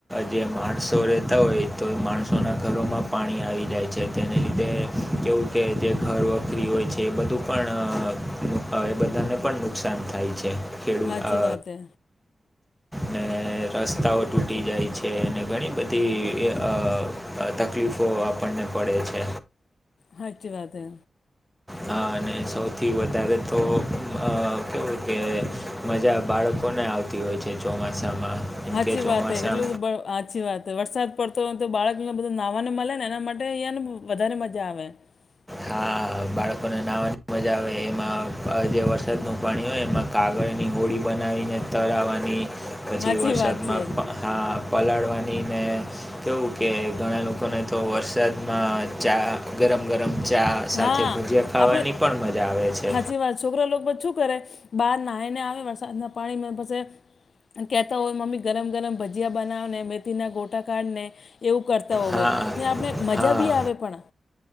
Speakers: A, in the centre; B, on the left.
A: જે માણ સો રહેતા હોય તો માણસોનાં ઘરોમાં પાણી આવી જાય છે તેને લીધે કેવું કે જે ઘરે વખરી હોય છે એ બધું પણ એ બધાને પણ નુકસાન થાય છે. ને
B: હાચી
A: અ
B: વાત હે
A: ને રસ્તાઓ ટૂટી જાય છે અને ઘણી બધી અ તકલીફો આપણને પડે છે.
B: સાચી વાત હે
A: હા અને સૌથી વધારે તો અ કેવું કે મજા બાળકોને આવતી હોય છે ચોમાસામાં કેમકે
B: સાચી
A: ચોમાસા
B: વાત છે એટલું અ સાચી વાત વરસાદ પડતો હોય તો બાળકને બધું નાહવા ને મળે ને એના માટે અહીંયા ને વધારે મજા આવે. <inaudible>
A: હા બાળકોને નાહવાની મજા આવે એમાં જે વરસાદનું પાણી હોય એમાં કાગળની હોળી બનાવીને... તરાવાની પછી
B: હાચી
A: વરસાદમાં
B: વાત છે
A: હ આ પલાળવાની ને... કેવું કે ઘણા લોકોને તો વરસાદમાં ચા ગરમ-ગરમ. ચા સાથે
B: હા
A: ભજીયા ખાવાની
B: આપણે
A: પણ મજા આવે છે.
B: હાચી વાત છોકરા લોકો બધ શું કરે બહાર નાઈ ને આવે વરસાદના પાણીમાં પછી... કહેતા હોય મમ્મી ગરમ ગરમ ભજીયા બનાવને, મેથીના ગોટા કાઢને... એવું કરતા હોવે
A: હા
B: ને આપણે મજા
A: હા
B: બી આવે પણ.